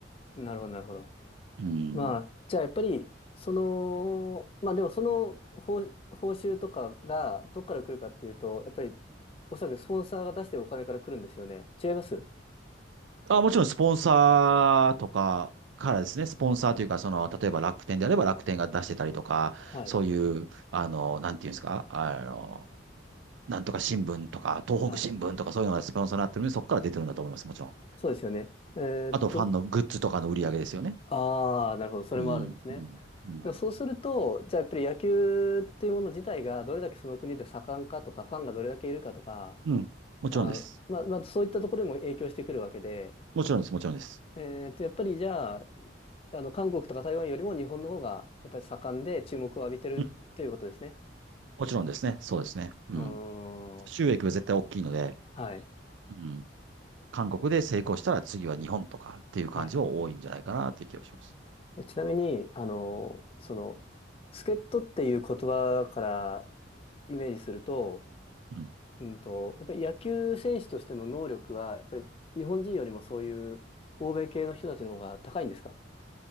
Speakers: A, on the left; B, on the right.
A: なるほど、なるほど。
B: うん。
A: まあ、じゃあやっぱり、その、まあでもその報、報酬とかが、どっから来るかっていうと、やっぱり、おそらくスポンサーが出してるお金から来るんですよね。違います
B: あ、もちろんスポンサーとかからですね、スポンサーというか、その、例えば楽天であれば楽天が出してたりとか、
A: はい。
B: そういう、あの、なんていうんですか、あの、なんとか新聞とか、東北新聞とかそういうのがスポンサーになってるので、
A: はい。
B: そこから出てるんだと思います、もちろん。
A: そうですよね。えーっと、
B: あと、ファンのグッズとかの売り上げですよね。
A: ああ、なるほど。それもあるんですね。
B: うん、うん、うん。
A: でもそうすると、じゃあやっぱり野球っていうもの自体がどれだけその国で盛んかとか、ファンがどれだけいるかとか、
B: うん。もちろんです。
A: あー、まあ、まあ、そういったところにも影響してくるわけで、
B: もちろんです、もちろんです。
A: えーっと、やっぱりじゃあ、あの、韓国とか台湾よりも日本の方がやっぱり盛んで注目を浴びてるということですね。
B: うん、もちろんですね、そうですね。うん。
A: うーん。
B: 収益は絶対大きいので、
A: はい。
B: うん。韓国で成功したら次は日本とかっていう感じは多いんじゃないかなっていう気がします。
A: はい。えちなみに、あの、その、助っ人っていう言葉からイメージすると、
B: うん
A: うんと、やっぱり野球選手としての能力は、やっぱり日本人よりもそういう欧米系の人たちの方が高いんですか